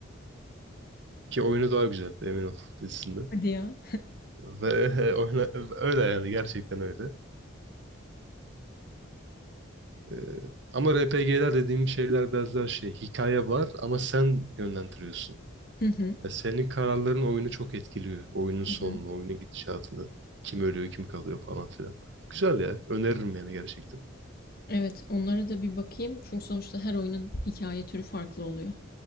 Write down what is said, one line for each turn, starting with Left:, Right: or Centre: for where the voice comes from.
Right: Ki oyunu daha güzel emin ol dizisinde.
Left: Hadi ya.
Right: Ve <laughs> oyna, öyle yani gerçekten öyle. Ee, ama R P G'ler dediğim şeyler biraz daha şey hikaye var ama sen yönlendiriyorsun.
Left: Hı hı.
Right: Ya senin kararların oyunu çok etkiliyor. Oyunun sonunu,
Left: Hı hı.
Right: oyunun gidişatını. Kim ölüyor, kim kalıyor falan filan. Güzel ya. Öneririm yani gerçekten.
Left: Evet, onlara da bir bakayım. Çünkü sonuçta her oyunun hikaye türü farklı oluyor.